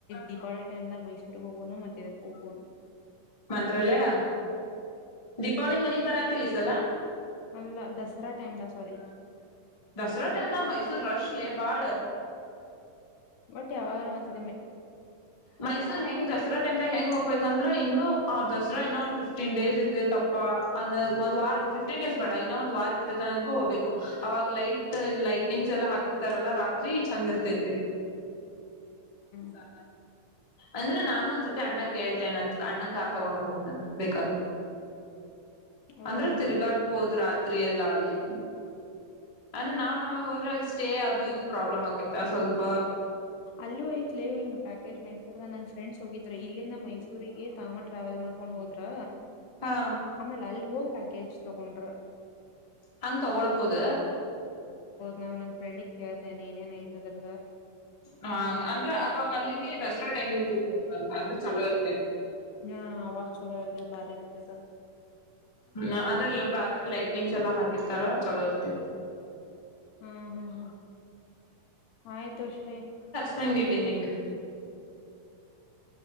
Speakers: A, on the left (about 75°); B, on the left (about 20°).
A: ದೀಪಾವಳಿ ಟೈಮ್ ದ ಮೈಸೂರ್ಗ್ ಹೋಗೋಣ ಮತ್ತೆ ಇದಕ್ ಹೋಗೋಣ
B: ಮಂತ್ರಾಲಯ ದೀಪಾವಳಿ ಮನ ಬರ ತಿಸಲ
A: ಅಲ್ಲ ದಸರಾ ಟೈಮದ ಸೋರಿ
B: ದಸರ ಟಮದ ಮೈಸೂರು ರಶ ಲೇ ಬಾಳ
A: ಬಟ್ ಯಾವಾರು ಒಂದ್ಸ
B: ಮೈಸೂರ್ ಹೆಂಗ್ ದಸರಾ ಟೈಮ್ರಾಗ ಹೆಂಗ್ ಹೋಗ್ಬೈತಿ ಯಾಕಂದ್ರೆ ಇನ್ನು ಅವ್ ದಸರಾ ಇನ್ನೊಂದಂದು ಫಿಫ್ಟೀನ್ ಡೇಸ್ ಇರ್ತಿ ತಪ್ಪ ಅಂದ ಒಂದ ವಾರ ಫಿಫ್ಟೀನ್ ಡೇಸ್ ಬಡ ಇನ ಒಂದ್ ವಾರ ಇರ್ತೈತೆ ಅನ್ನೋದ್ಕೂ ಹೋಗಬೇಕು ಅವಾಗ ಲೈಟ್ ಲೈಟ್ನಿಂಗ್ಸ್ ಎಲ್ಲ ಹಾಕಿರ್ತಾರಲ್ಲಾ ರಾತ್ರಿ ಚಂದ ಇರ್ತೈತೆ
A: ಸ
B: ಅಂದ್ರೆ ನಾನು ಒಂದ್ಸತಿ ಅಣ್ಣ ಕೇಳ್ತೆೇನೆ ನಂದ ಅಣ್ಣನ್ ಕಾರ್ ತಗೊಂಡ್ ಹೋಗೋ ನನ್ ಬೇಕಾದ್ರರು
A: ಹೋಗಂಗ
B: ಅಂದ್ರೆ ತಿರುಗಾಡ್ಬೋದು ರಾತ್ರಿಯಲ್ಲ ಅಲ್ಲಿ ಅಂದ್ರೆ ನಾವ್ ನಮ ಹೋದ್ರೆ ಅಲ್ಲಿ ಸ್ಟೇ ಅದು ಇದು ಪ್ರಾಬ್ಲಮ್ ಆಗೈತ ಸ್ವಲ್ಪ
A: ಅಲ್ಲೂ ಐ್ತ್ಲ ಹಿ ಪ್ಯಾಕೇಜ್ ಮೈಸೂರ್ನ ನನ್ ಫ್ರೆಂಡ್ಸ್ ಹೋಗಿದ್ರೆ ಇಲ್ಲಿಂದ ಮೈಸೂರಿಗೆ ತಾಮ ಟ್ರಾವೆಲ್ ಮಾಡಕೊಂಡ್ ಹೋದ್ರ
B: ಹಾ
A: ಆಮೇಲೆ ಅಲ್ಲಿ ಹೋಗ ಪ್ಯಾಕೇಜ್ ತಗೊಂಡ್ರ
B: ಹಂಗ ತಗೊಳ್ಬೋದ
A: ನಾ್ ನನ್ ಫ್ರೆಂಡಿಗ್ ಕೇಳ್ತೇನೆ ಏನೇನ್ ಐ್ತದ್ರ
B: ಹಾ ಅಂದ್ರ ಅಬ್ಬ ಅಲ್ಲಿಗೆ ದಸರಾ ಟೈಮಿಗೆ ಅಂದ್ರೆ ಚಲೋ ಇರ್ತೆ
A: ಹಾ ಅವಾಗ ಚಲೋ ಇರ್ತ ಬಾರಿ ಇರ್ತೆ
B: ಹ್ಮ ಅಂದ್ರೆ ಇ ರಾತ್ರಿ ಲೈಟ್ನಿಂಗ್ಸ್ ಎಲ್ಲಾ ಹಾಕಿರ್ತಾರ ಚಲೋ ಇರ್ತಿತಿ
A: ಹ್ಮ್ ಹ್ಮ್ ಹ್ಮ್ ಆಯ್ತು ಶ್ರೀ
B: ಸಂಡೇ ಡೇ ನಿಂಗ